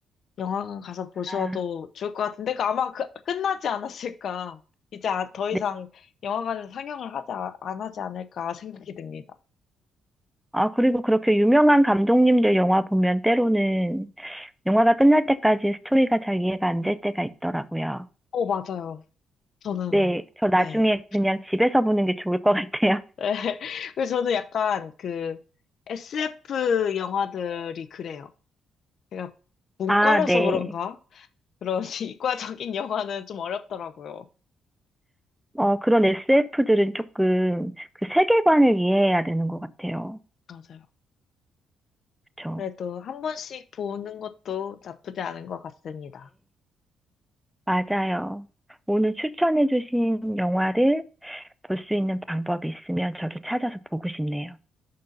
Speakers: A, on the left (about 60°); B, in the centre.
A: 영화관 가서 보셔도
B: 아,
A: 좋을 것 같은데, 그 아마 그- 끝나지 않았을까. 이제 아- 더
B: 네.
A: 이상 영화관에서 상영을 하지, 아- 안 하지 않을까 생각이 듭니다.
B: 아, 그리고 그렇게 유명한 감독님들 영화 보면 때로는 영화가 끝날 때까지 스토리가 잘 이해가 안 될 때가 있더라고요.
A: 어, 맞아요. 저는,
B: 네, 저 나중에
A: 네.
B: 그냥 집에서 보는 게 좋을 것 같아요. <laughs>
A: <laughs> 그래서 저는 약간 그 SF 영화들이 그래요. 제가 문과라서
B: 아, 네.
A: 그런가? 그런 <laughs> 이과적인 영화는 좀 어렵더라고요.
B: 어, 그런 SF들은 조금 그 세계관을 이해해야 되는 것 같아요.
A: 맞아요.
B: 그렇죠.
A: 그래도 한 번씩 보는 것도 나쁘지 않은 것 같습니다.
B: 맞아요. 오늘 추천해주신 영화를 볼 수 있는 방법이 있으면 저도 찾아서 보고 싶네요.